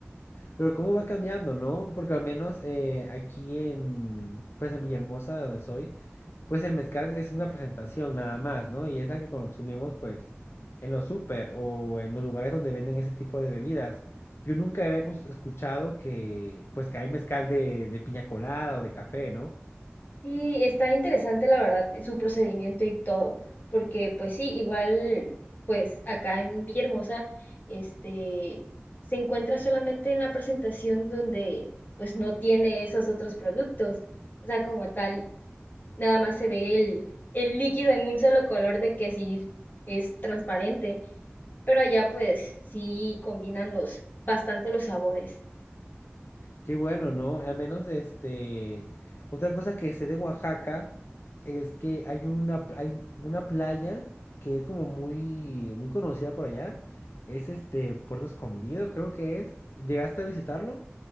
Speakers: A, on the left (about 60°); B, on the left (about 45°).
A: Pero cómo va cambiando, ¿no? Porque al menos eh, aquí en, pues en Villahermosa, de donde soy, pues el mezcal es una presentación nada más, ¿no? Y es la que consumimos, pues, en los súper o en los lugares donde venden ese tipo de bebidas. Yo nunca había cons- escuchado que, pues, que hay mezcal de, de piña colada o de café, ¿no?
B: Sí, está interesante la verdad su procedimiento y todo, porque pues sí, igual pues acá en Villahermosa este se encuentra solamente en la presentación donde pues no tiene esos otros productos. O sea, como tal, nada más se ve el, el líquido en un solo color de que sí es transparente, pero allá pues sí combinan los bastante los sabores.
A: Qué bueno, ¿no? Al menos este. Otra cosa que sé de Oaxaca es que hay una, hay una playa que es como muy, muy conocida por allá. Es este Puerto Escondido, creo que es. ¿Llegaste a visitarlo?